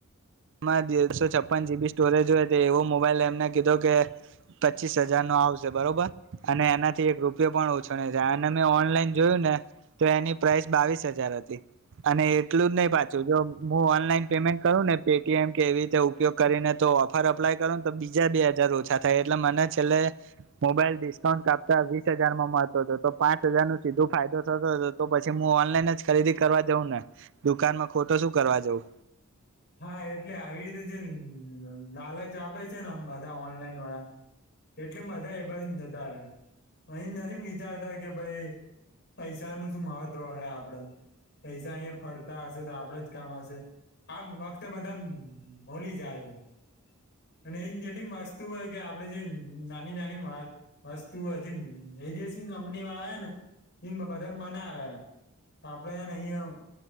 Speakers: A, on the right; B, on the left.
A: એમાં દસો છપ્પન જીબી સ્ટોરેજ હોય તો એવો મોબાઈલ એમને કીધો કે પચીસ હજાર નો આવશે બરોબર, અને એનાથી એક રૂપિયો પણ ઓછો નહી થાય અને મેં ઓનલાઈન જોયું ને તો એની પ્રાઇસ બાવીસ હજાર હતી અને એટલું જ નહી પાછું જો હું ઓનલાઈન પેમેન્ટ કરું ને. પેટીએમ કે એવી રીતે ઉપયોગ કરીને તો ઓફર અપ્લાય કરો ને તો બીજા બે હજાર ઓછા થાય એટલે મને છેલ્લે મોબાઈલ ડિસ્કાઉન્ટ કાપતા વીસ હજારમાં મળતો હતો તો પાંચ હજાર નું સીધો ફાયદો થતો હતો, તો પછી ઓનલાઈન જ ખરીદી કરવા જઉં ને દુકાનમાં ખો તો શું કરવા જઉં.
B: હા એટલે આવી રીતે જે લાલચ આપે છે, ને આમ બધા ઓનલાઈન વાળા એટલે બધા એ બ જતા રે એ નથી વિચારતા કે ભાઈ. પૈસા નું શું મહત્વ હ આપ. આપ પૈસા અહીયાં ફરતા હશે તો આપડે જ કામ હશે. આ વખતે બધા ભલી જાય છે, અને એ જેટલી વસ્તુ હોય કે આપડે જે નાની નાની વસ્તુ હોય જે એસી કંપની વાળા હો ને એ બધા મનાવે, આપડેને અહિયાં